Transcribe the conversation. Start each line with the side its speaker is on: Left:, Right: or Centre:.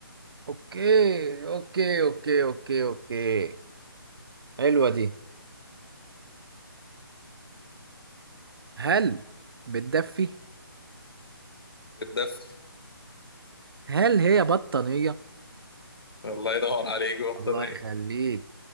Right: اوكي اوكي اوكي اوكي اوكي حلوة دي هل بتدفي
Left: بالدفء
Right: هل هي بطانية
Left: الله ينور عليك بطانية
Right: الله يخليك